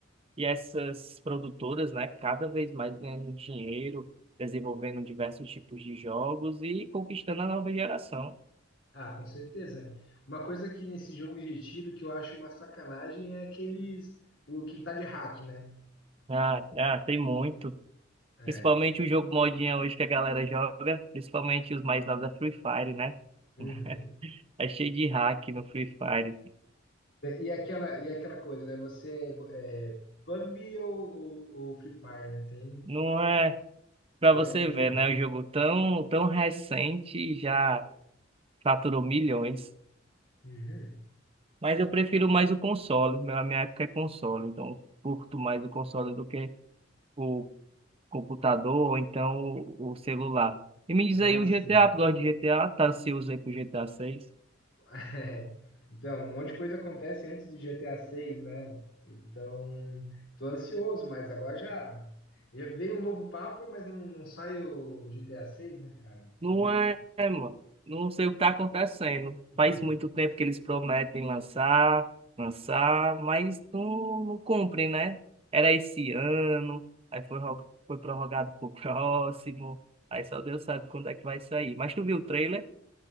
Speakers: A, on the right; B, on the left.
A: E essas produtoras, né, cada vez mais ganhando dinheiro, desenvolvendo diversos tipos de jogos e conquistando a nova geração.
B: Ah, com certeza. Uma coisa que nesse jogo de tiro que eu acho uma sacanagem é aqueles. O quem tá de hack, né?
A: Ah, ah, tem muito.
B: É.
A: Principalmente o jogo modinha hoje que a galera joga, principalmente os mais novos é Free Fire, né?
B: Uhum.
A: <laughs> É cheio de hack no Free Fire.
B: E aquela, e aquela coisa, né? Você é, é PUBG ou, ou, ou Free Fire, né? Tem,
A: Não é pra
B: tem
A: você
B: a briga.
A: ver, né? O jogo tão, tão recente já faturou milhões.
B: Uhum.
A: Mas eu prefiro mais o console. Meu- A minha época é console, então eu curto mais o console do que o computador ou então o, o celular. E me diz
B: Ah,
A: aí o
B: sim.
A: GTA, tu gosta de GTA? Tá ansioso aí pro GTA VI?
B: <laughs> É. Então, um monte de coisa acontece antes do GTA 6, né? Então, tô ansioso, mas agora já, já veio um novo papo, mas não, não sai o GTA 6, né, cara?
A: Não
B: Então.
A: é, mano. Não sei o que tá acontecendo.
B: <laughs>
A: Faz muito tempo que eles prometem lançar, lançar, mas não, não cumprem, né? Era esse ano, aí foi, ro- foi prorrogado pro <laughs> próximo. Aí só Deus sabe quando é que vai sair. Mas tu viu o trailer?